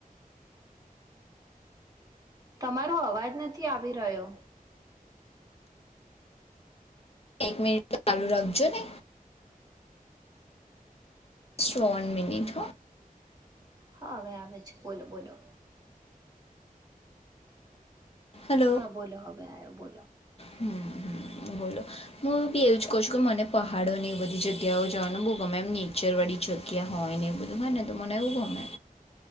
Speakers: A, on the right; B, on the left.
A: તમારો અવાજ નથી આવી રહ્યો.
B: એક મિનિટ આાલુ રાખજોને. ત્રણ મિનિટ હો.
A: હા હવે આવે છે બોલો બોલો.
B: હેલો
A: હા બોલો હવે આયો બોલો.
B: હમ હમ બોલો હું બી એવું જ કહ છું કે મને પહાડો ને એ બધી જગ્યાઓ જવાનું બહુ ગમે એમ નેચર વાળી જગ્યા હોય ને એ બધું હોય ને તો મને એવું ગમે.